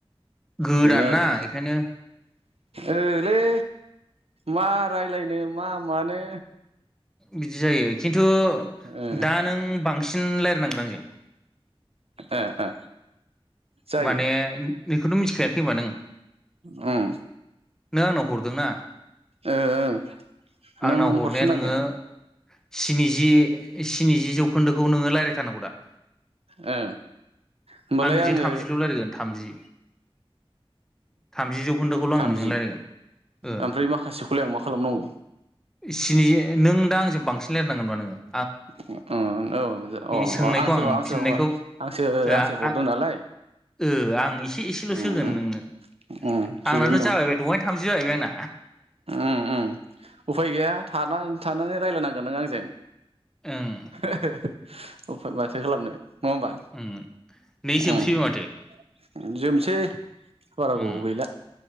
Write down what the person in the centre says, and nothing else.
गोदान
ना एखायनो
बिदि जायो खिन खिन्थु
दा नों बांसिन रायलायनांगोन आंजों
माने बेखौथ' मिथिखायाखै होनबा नों
नों आंनाव हरदोंना
आंनाव
हरनाया
नोङो
स्निजि स्निजि जौखोन्दोखौ नोङो रायज्लायथारनांगौ दा
आं नोंजों
थामजिल' रायज्लायगोन थामजि थामजि जौखोन्दोखौल'
आं नोंजों रायज्लायगोन ओ
स्निजि नों दा आंजों बांसिन लायरायनांगोनब्रा नों
सोंनायखौ
आं
फिननायखौ
ओ
आ
ओ आं एसे एसेल'सो
होगोन
नोंनो
आंनाथ'
जाबाय बे दहाय थामजि जाहैबाय आंना
ओं
ओं नै जोबसैबो
माथो
ओं